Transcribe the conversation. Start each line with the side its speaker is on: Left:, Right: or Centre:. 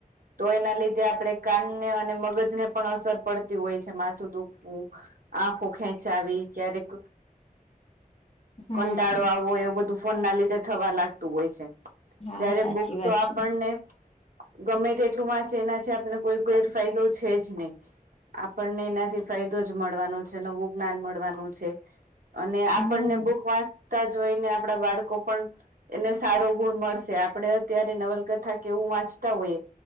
Right: તો એના લીધે આપડે કાનને અને મગજને પણ અસર પડતી હોય છે માથ માથું દુખવું આંખો ખેંચાવી ક્યારેક
Left: હમ
Right: કંટાળો આવવોય એવું બધું ફોન ના લીધે થવા લાગતું હોય છે
Left: હા
Right: જયારે
Left: સાચી
Right: બુક
Left: વાત
Right: તો આપણને
Left: છે
Right: ગમે તેટલું વાંચે એના છે આપને કોઈ ગેરફાયદો છે જ નહીં આપણને એના થી ફાયદો જ મળવાનો છે નવું જ્ઞાન મળવાનું છે અને આપણને
Left: હમ
Right: બક તા જોઈને આપણા બાળકો પણ એને સારો ગુણ મળશે આપડે અત્યારે નવલકથા કેવું વાંચતા હોઈ